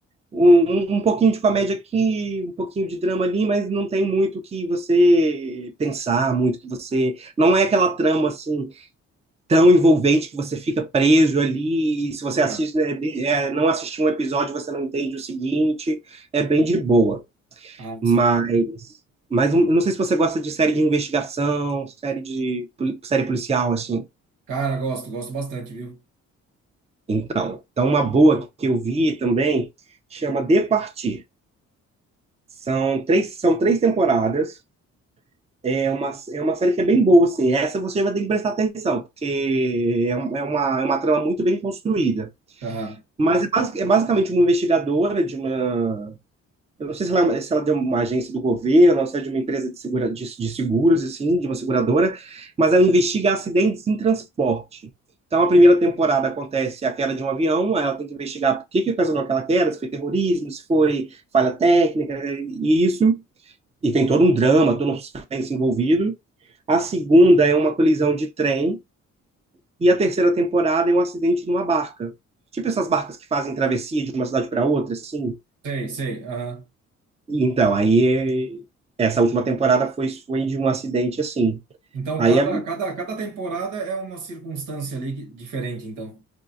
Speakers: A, on the right; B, on the right.
A: um, um um pouquinho de comédia aqui, um pouquinho de drama ali, mas não tem muito que você pensar, muito que você. Não é aquela trama assim tão envolvente que você fica preso ali. E se você
B: Aham.
A: assiste, né, de- é, não assistir um episódio, você não entende o seguinte. É bem de boa.
B: Ah,
A: Mas,
B: saquei.
A: mas um- eu não sei se você gosta de série de investigação, série de poli- série policial, assim.
B: Cara, gosto, gosto bastante, viu?
A: Então, então uma boa que eu vi também chama De Partir. São três, são três temporadas. É uma, é uma série que é bem boa, assim. Essa você vai ter que prestar atenção, porque é, um- é uma, é uma trama muito bem construída.
B: Aham.
A: Mas é, basic- é basicamente uma investigadora de uma Eu não sei se ela, é- se ela é uma agência do governo, ou se é de uma empresa de, segura, de, de seguros, assim, de uma seguradora, mas ela investiga acidentes em transporte. Então, a primeira temporada acontece a queda de um avião, ela tem que investigar por que que ocasionou aquela queda, se foi terrorismo, se foi falha técnica, e isso. E tem todo um drama, todo um suspense envolvido. A segunda é uma colisão de trem, e a terceira temporada é um acidente numa barca. Tipo essas barcas que fazem travessia de uma cidade para outra, assim.
B: Sei, sei. Aham.
A: Então, aí é, essa última temporada foi, foi de um acidente assim.
B: Então,
A: Aí
B: cada,
A: é
B: cada, cada temporada é uma circunstância ali que- diferente, então.